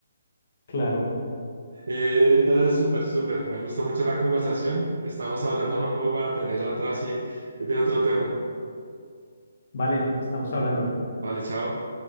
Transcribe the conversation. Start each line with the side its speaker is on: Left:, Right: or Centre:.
Left: Claro,
Right: Eh, entonces, súper, súper. Me gustó mucho la conversación. Estamos hablando, Juan, como para tener otra así de otro tema.
Left: vale, estamos hablando.
Right: Vale, chao.